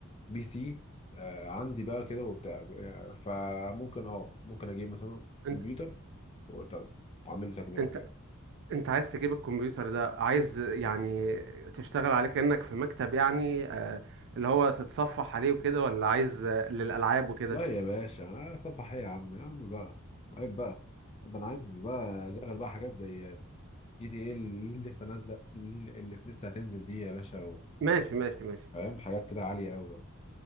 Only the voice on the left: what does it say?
بي سي آه عندي بقى كده وبتاع فممكن اه ممكن اجيب مثلا
كمبيوتر وبتاع ده، واعمل له تجميع
وكده
لا يا باشا آه صفحه ايه يا عم يا عم بقى عيب بقى ده انا عايز بقى اشغل بقى حاجات زي جي تي ايه اللي لسه نازله اللي اللي لسه هتنزل دي يا باشا
فاهم حاجات كده عالية أوي بقى